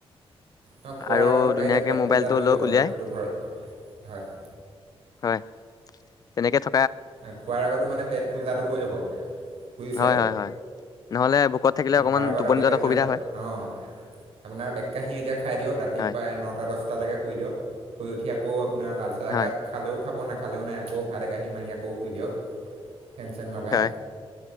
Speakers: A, on the right; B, on the left.
A: অ শুৱাৰ
B: আৰু
A: আগতো পাৰিলে
B: ধুনীয়াকৈ
A: পেট
B: মোবাইলটো
A: পূজা কৰি
B: লৈ
A: ল'ব
B: উলিয়াই
A: আৰামটো হয় হয়।
B: হয় তেনেকে থ
A: শুৱাৰ আগতে মানে পেট পূজাটো কৰি ল'ব। বুজিছে
B: হয় হয় হয় নহ'লে ভোকত থাকিলে
A: খোৱাৰ
B: অকমান
A: আগত
B: টোপনি
A: আগতীয়াকে
B: যোৱাত
A: আপোনাৰ
B: অসুবিধা
A: পেট
B: হয়।
A: অ'। আপোনাৰ এককাহী এতিয়া খাই দিয়ক ৰাতি
B: হয়
A: প্ৰায় নটা দহটালৈকে শুই দিয়ক শুই উঠি আকৌ আপোনাৰ লাল চাহ একাপ
B: হয়
A: খালেও খাব নাখালেও নাই আকৌ ভাত একাহী মাৰি আকৌ শুই দিয়ক। ফেন চেন লগাই
B: হয়